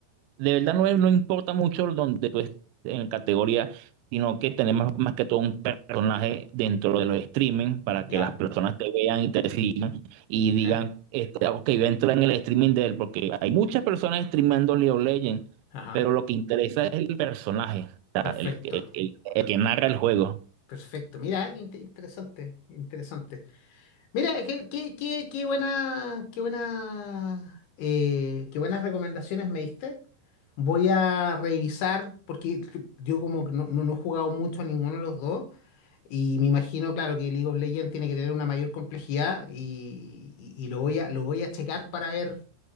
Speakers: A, on the right; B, on the left.
A: de verdad no, es- no importa mucho donde tú estés en categoría, sino que tenemos más que todo un personaje dentro de los streaming para
B: ya,
A: que las personas te vean y te sigan y
B: mira.
A: digan, este, ah, ok, voy a entrar en el streaming de él, porque hay muchas personas streameando League of Legends,
B: Ajá,
A: pero lo que interesa es el personaje, o
B: perfecto,
A: sea, el, que- el, el el que narra el juego.
B: perfecto. Mira, qué inte- interesante, interesante. Mira, qué, qué, qué, qué buena, qué buena, eh, qué buenas recomendaciones me diste. Voy a revisar, porque yo como que no, no, no he jugado mucho a ninguno de los dos. Y me imagino, claro, que League of Legends tiene que tener una mayor complejidad y, y- y lo voy a, lo voy a checar para ver